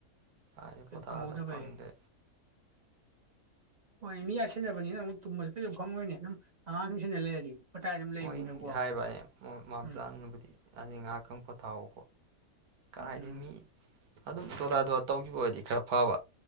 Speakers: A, on the right; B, on the right.
A: ꯑꯩꯗ
B: ꯀꯩ
A: ꯄꯊꯥꯗ
B: ꯇꯨꯝꯍꯧꯗꯕꯩ
A: ꯐꯪꯗꯦ
B: ꯍꯣꯏꯅꯦ ꯃꯤ ꯌꯥ ꯁꯤꯟꯅꯕꯅꯤꯅ ꯑꯃꯨꯛ ꯇꯨꯝꯕꯁꯨ ꯀꯩꯁꯨ ꯐꯉꯣꯏꯅꯦ ꯑꯗꯨꯝ ꯑꯉꯥꯡꯁꯨꯝ ꯁꯩꯅꯥ ꯂꯩꯔꯗꯤ ꯃꯇꯥꯏ ꯑꯗꯨꯝ ꯂꯩꯕꯅꯤꯅꯀꯣ
A: ꯃꯣꯏꯗꯤ ꯍꯥꯏꯕꯅꯤ ꯃꯝꯆꯥꯅꯕꯨꯗꯤ
B: ꯎꯝ
A: ꯑꯅꯤ ꯉꯥꯏꯍꯥꯛꯇꯪ ꯄꯣꯊꯥꯎ ꯀꯔꯥꯏꯗꯒꯤ
B: ꯎꯝ
A: ꯃꯤ ꯑꯗꯨꯝ ꯇꯣꯗꯥꯥ ꯇꯣꯂꯥ ꯇꯧꯒꯤꯕ ꯑꯣꯏꯗꯤ ꯈꯔ ꯐꯥꯕ